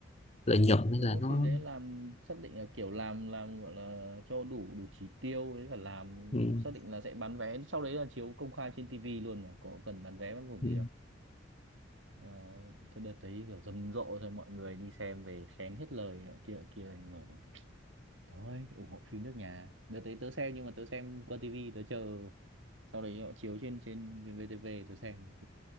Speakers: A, on the left (about 35°); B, on the right (about 80°).
A: lợi nhuận nên
B: đúng
A: là
B: là phim
A: nó
B: đấy làm xác định là kiểu làm làm gọi là cho đủ đủ chỉ tiêu đấy là làm
A: ừ,
B: xác định là sẽ bán vé sau đấy là chiếu công khai trên TV luôn mà có cần bán vé bán vùng
A: ừ,
B: gì đâu Ờ, thế đợt thấy kiểu rầm rộ rồi mọi người đi xem về khen hết lời nọ kia nọ kia nhưng mà thôi ủng hộ phim nước nhà đợt đấy tớ xem nhưng mà tớ xem qua tivi tớ chờ sau đấy họ chiếu trên trên VTV tớ xem